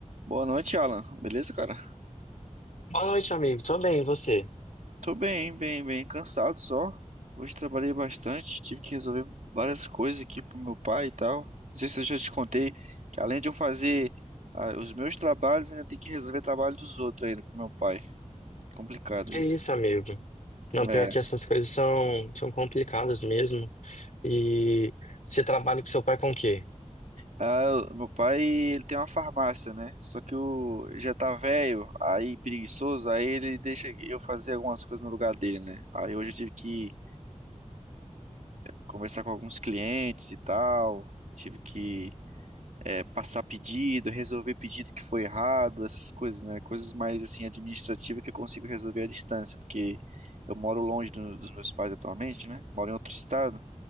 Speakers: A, on the right (about 70°); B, on the left (about 75°).
A: Boa noite, Alan. Beleza, cara?
B: Boa noite, amigo. Tô bem, e você?
A: Tô bem, bem, bem. Cansado só. Hoje trabalhei bastante, tive que resolver várias coisas aqui pro meu pai e tal. Não sei se eu já te contei que além de eu fazer ah, os meus trabalhos, ainda tem que resolver trabalho dos outros ainda pro meu pai. Complicado
B: Que
A: isso.
B: isso, amigo? Não, pior
A: É.
B: que essas coisas são, são complicadas mesmo. E você trabalha com seu pai com o quê?
A: Ah, o meu pai, ele tem uma farmácia, né? Só que o ele já tá velho, aí preguiçoso, aí ele deixa eu fazer algumas coisas no lugar dele, né? Aí hoje eu tive que conversar com alguns clientes e tal. Tive que é, passar pedido, resolver pedido que foi errado, essas coisas, né? Coisas mais assim administrativas que eu consigo resolver à distância, porque eu moro longe do- dos meus pais atualmente, né? Moro em outro estado.